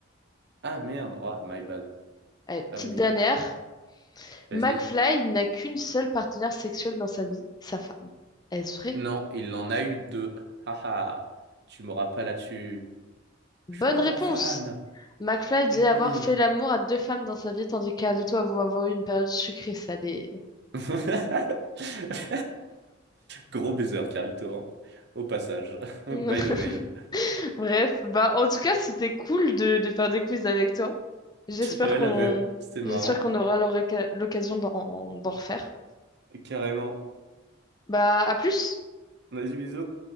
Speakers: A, on the right; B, on the left.
A: Ah merde, oh my bad.
B: Allez, petite
A: Ah oui,
B: dernière.
A: vas-y.
B: McFly n'a qu'une seule partenaire sexuelle dans sa vie, sa femme. Est-ce vrai?
A: Non, il en a eu deux. <laughs> Haha, tu m'auras pas là-dessus.
B: Bonne
A: Je suis un
B: réponse!
A: grand fan.
B: McFly
A: Eh
B: dit avoir
A: oui.
B: fait l'amour à deux femmes dans sa vie, tandis qu'Ardito avoue avoir eu une période sucrée salée.
A: <laughs> Gros baiser, Carito, hein. Au passage. <laughs> By
B: <laughs>
A: the way.
B: Bref, bah en tout cas, c'était cool de de faire des quiz avec toi. J'espère
A: Ouais,
B: qu'on
A: la même. C'était marrant.
B: j'espère qu'on aura l'oreca- l'occasion d'en d'en refaire.
A: Carrément.
B: Bah, à plus!
A: Vas-y, bisous.